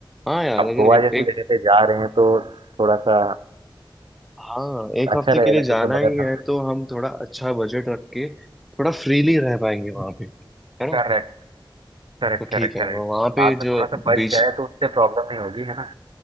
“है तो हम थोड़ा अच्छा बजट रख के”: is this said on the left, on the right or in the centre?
Centre